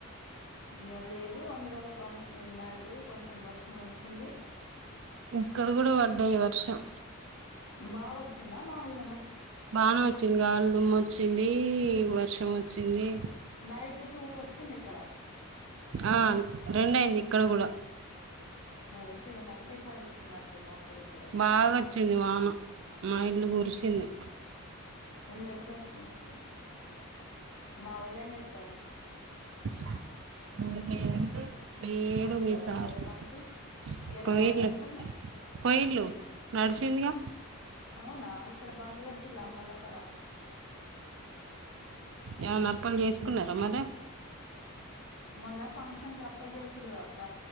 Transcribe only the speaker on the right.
ఇక్కడ కూడ పడ్డది వర్షం
బానే వచ్చింది గాలి దుమ్మ వచ్చింది వర్షం వ చ్చింది
ఆ రెండు అయింది ఇక్కడ కూడా
బాగా వచ్చింది వాన మా ఇల్లు కురిసింది
అ <unintelligible>
పోయిలు
పోయిల్లు నడిసిందిగా
ఎమనప్పలు చేసుకున్నారా మరి